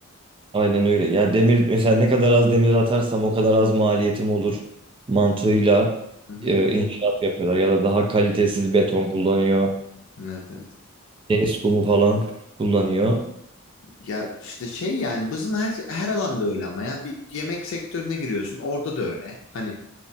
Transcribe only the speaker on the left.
Hı hı.
Evet evet.
Ya işte şey yani bizim her her alanda öyle ama ya bir yemek sektörüne giriyorsun orada da öyle. Hani